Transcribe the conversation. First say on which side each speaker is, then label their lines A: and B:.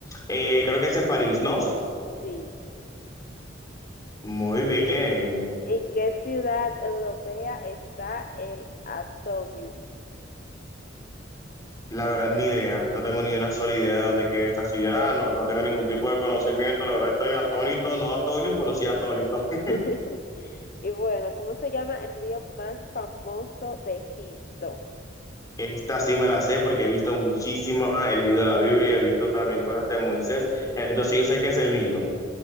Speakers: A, on the left (about 20°); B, on the left (about 45°).
A: Eh, creo que es en París, ¿no?
B: Sí.
A: Muy
B: ¿Y
A: bien.
B: en qué ciudad europea está el Atomium?
A: La verdad, ni idea. No tengo ni una sola idea de dónde queda esta ciudad. No, no tengo ningún tipo de conocimiento. La verdad, estoy atónito, no atónito, pero sí atónito. <laughs>
B: <laughs> Y bueno, ¿cómo se llama el río más famoso de Egipto?
A: Esta sí me la sé porque he visto muchísima, he leído la Biblia, he visto también cosas de Moisés. Entonces yo sé que es el Nilo.